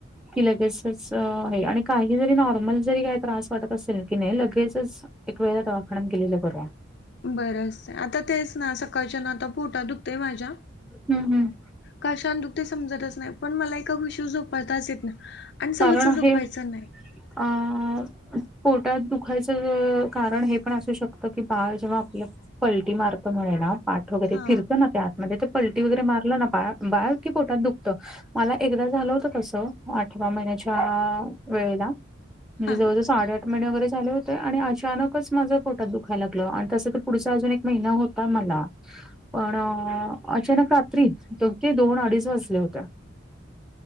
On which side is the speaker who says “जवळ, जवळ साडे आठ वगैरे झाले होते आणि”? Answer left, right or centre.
Centre